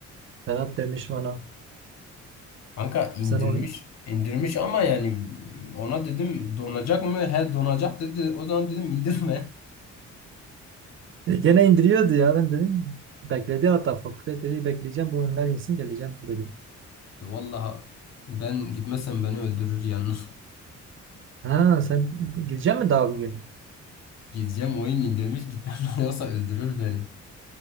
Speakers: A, on the right; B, on the left.
A: Ferhat demiş bana.
B: Kanka indirmiş
A: Sen oyun.
B: indirmiş ama yani ona dedim donacak mı? He donacak dedi. O zaman dedim indirme.
A: E, gene indiriyordu ya ben dedim. Bekledi hatta fakülte dedi bekleyeceğim bu oyunlar insin geleceğim dedim.
B: E, Vallahi ben gitmezsem beni öldürür yani.
A: Ha sen gireceksin mi daha bugün?
B: <laughs> Gideceğim oyun indirmiş gitmem <laughs> yoksa öldürür beni.